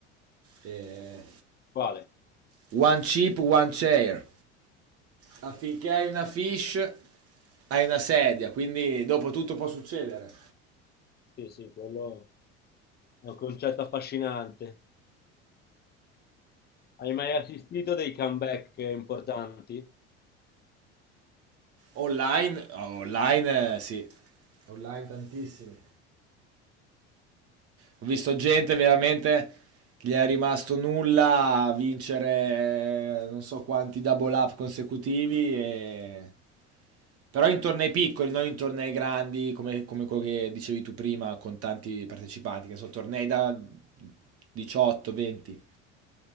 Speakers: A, on the right; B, on the left.
A: eh,
B: Quale?
A: One chip, one chair. Affinché hai una fish, hai una sedia, quindi dopo tutto può succedere.
B: Sì, sì, quello è un concetto affascinante. Hai mai assistito a dei comeback eh, importanti?
A: Online, online eh, sì. Online tantissimi. Ho visto gente veramente che gli è rimasto nulla a vincere eh, non so quanti double up consecutivi, e- però in tornei piccoli, non in tornei grandi come, come quello che dicevi tu prima con tanti partecipanti, che sono tornei da 18, 20.